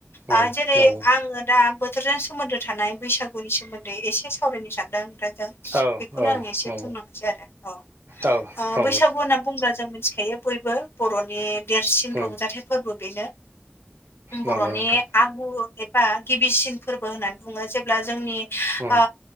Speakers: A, on the right; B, on the left.
A: उम
B: आ जेरै
A: नंगौ
B: आङो दा बोथोरजों सोमोन्दो थानाय बैसागुनि सोमोन्दै एसे सावरायनो सानदों ओमफ्राय जों
A: औ
B: बेखौनो
A: औ
B: आं एसे
A: नंगौ
B: बुंलांसै आरो
A: औ
B: अ ओ
A: नंगौ
B: बैसागु होनना बुंब्ला जों मिथिखायो बयबो बर'नि देरसिन
A: नोंथां
B: रंजाथाइ फोरबो बेनो
A: नंगौ
B: बर'नि
A: नोंथां
B: आगु एबा गिबिसिन फोरबो होननानै बुङो जेब्ला जोंनि
A: उम
B: आ